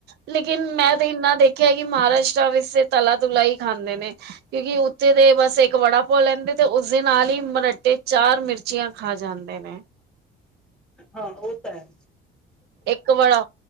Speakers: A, on the right (about 55°); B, in the centre.
A: ਲੇਕਿਨ ਮੈਂ ਤਾਂ ਇੰਨਾ ਦੇਖਿਆ ਹੈ, ਕਿ ਮਹਾਰਾਸ਼ਟਰਾ ਵਿੱਚ ਤੇ ਤਲਾ-ਤੁਲਾ ਹੀ ਖਾਂਦੇ ਨੇ। ਕਿਉਂਕਿ ਉੱਥੇ ਦੇ ਬਸ ਇੱਕ ਵੜਾ ਪੋ ਲੈਂਦੇ ਤੇ ਉਸਦੇ ਨਾਲ ਹੀ ਮਰਟਟੇ ਚਾਰ ਮਿਰਚੀਆਂ ਖਾ ਜਾਂਦੇ ਨੇ।
B: ਹਾਂ ਉਹ ਤਾਂ ਹੈ।
A: ਇੱਕ ਵੜਾ,